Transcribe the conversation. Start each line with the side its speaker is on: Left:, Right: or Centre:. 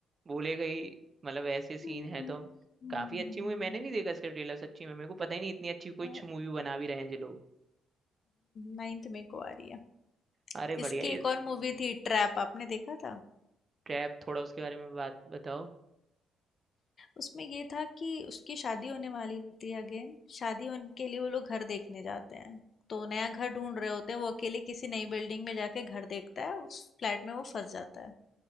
Right: बोलेगा ही मतलब ऐसे सीन
Left: हम्म
Right: है तो
Left: हम्म,
Right: काफी अच्छी मूवी मैंने नहीं देखा इसका ट्रेलर सच्ची में मेरे को पता ही नहीं इतनी अच्छी कोई
Left: और-
Right: मूवी बना भी रहे हैं ये लोग
Left: नाइन्थ में को आ रही है
Right: अरे बढ़िया
Left: इसकी एक
Right: इस
Left: और मूवी थी ट्रैप आपने देखा था
Right: ट्रैप थोड़ा उसके बारे में बात बताओ
Left: उसमें ये था कि उसकी शादी होने वाली थी अगेन शादी होने के लिए वो लोग घर देखने जाते हैं तो नया घर ढूंढ रहे होते हैं वो अकेले किसी नई बिल्डिंग में जाके घर देखता है उस फ्लैट में वो फंस जाता है